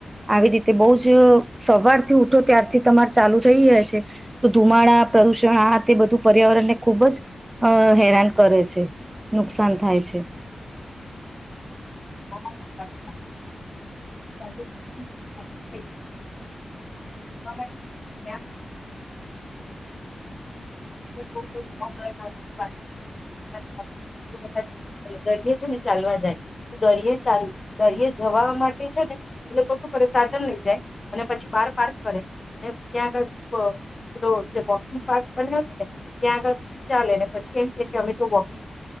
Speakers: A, on the right; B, on the left.
A: આવી રીતે બહ જ સવારથી ઉઠો ત્યારથી તમાર ચાલુ થઈ જાય છે તો ધુમાડા પ્રદુષણ આ તે બધું પર્યાવરણ ને ખુબ જ અ હેરાન કર કરે છે નુકસાન થાય છે
B: <unintelligible> <unintelligible> માટે ત્યા <inaudible> બધા દરિયે છે ને ચાલવા જાય દરિયે ચાલ દરિયે જવા માટે છે ને એ લોકો કરે સાધન લઈ જાય અને પછી બાર પાર કરે ત્યાં આગળ પે જે વોકિંગ પાર્ક બને્યો છે ને ત્યાં આગળ પછી ચાલે પછી એમ કે કે અમે તો વોકિંગ